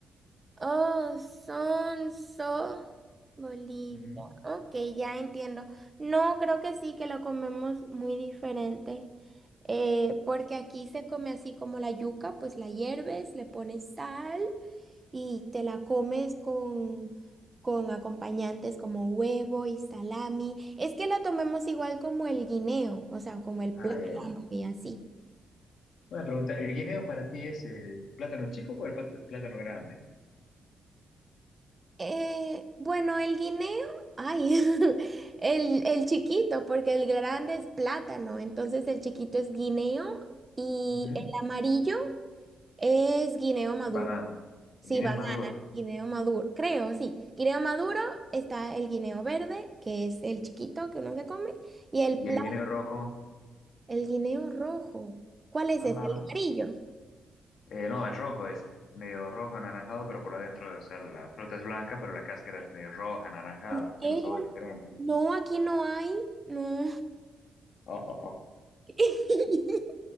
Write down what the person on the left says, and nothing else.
Ujú.
Ah,
ya, ya.
Una pregunta, ¿el guineo para ti es el plátano chico o el pat- plátano grande?
Ujú.
Banano.
El guineo
maduro.
Y
el guineo rojo.
Ajá.
Eh, no, es rojo este, medio rojo anaranjado, pero por adentro, o sea, la fruta es blanca, pero la cáscara es medio roja, anaranjada,
tiene un sabor diferente.
Ojo.